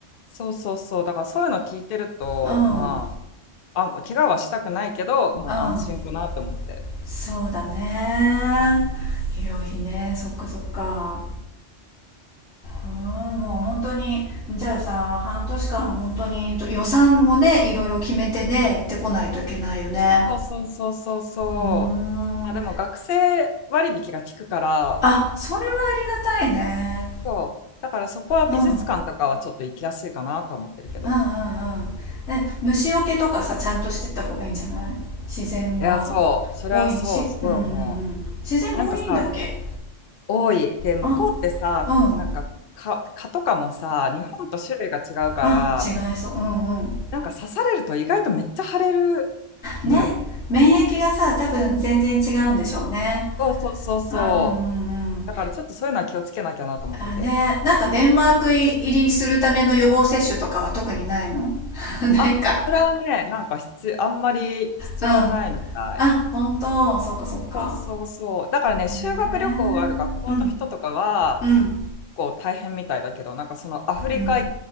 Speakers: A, on the left (about 55°); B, on the left (about 80°).
A: そうそうそう、だからそういうの聞いてると、
B: うんう
A: まあ、あ、怪我はしたくないけど、まあ安心かなと思って。
B: んそうだね医療費ねそっかそっかうんもう本当にじゃあさ半年間本当に予算もねいろいろ決めてね行ってこないといけないよね
A: そうそうそうそうそう。
B: うーん
A: まあ、でも学生割引が効くから、
B: あそれはありがたいね
A: そう。だからそこは美術館とかはちょっと行きやすいかなと思ってるけど。
B: うんうんうんうんえ虫除けとかさちゃんとしてった方がいいんじゃない自然が
A: いや、そう。それはそう、
B: 多いしうんうんうん自然多いんだっけ
A: すごい思う。なんかさ、多い。で、向こうってさ、
B: あうんうん
A: なんか蚊、蚊とかもさ、日本と種類が違うから、
B: あ違いそううんうん
A: なんか刺されると意外とめっちゃ腫れるのよ。
B: ね免疫がさ多分全然違うんでしょうね
A: そうそうそうそう。
B: うんうんうん
A: だからちょっとそういうのは気をつけなきゃなと思ってて。
B: あねなんかデンマーク入りするための予防接種とかは特にないの <laughs>
A: あ、
B: ないか
A: それはね、なんか必あんまり必要ないみたい。
B: うんあ本当そうかそうか
A: そうそうそう。だからね、
B: へえ
A: 修学旅行がある学校の人とかは、
B: うんうん
A: 結構大変みたいだけど、なんかそのアフリカ、
B: うん